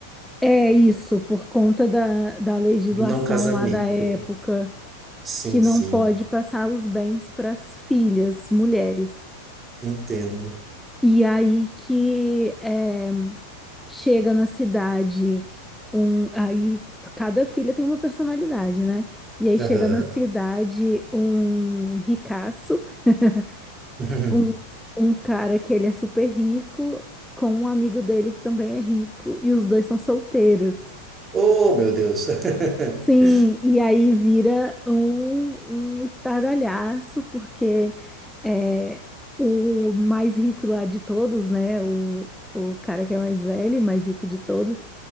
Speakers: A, in the centre; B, on the right.
A: É isso, por conta da, da legislação
B: Do não casamento.
A: lá da época,
B: Sim,
A: que não
B: sim.
A: pode passar os bens para as filhas, mulheres.
B: Entendo.
A: E aí que eh, chega na cidade um, aí cada filha tem uma personalidade, né? E aí
B: Aham.
A: chega na cidade um ricaço, <laughs>
B: <laughs>
A: um, um cara que ele é super rico, com um amigo dele que também é rico, e os dois são solteiros.
B: Oh, meu Deus. <laughs>
A: Sim, e aí vira um, um estardalhaço, porque é, o mais rico lá de todos, né? O, o cara que é mais velho, e mais rico de todos,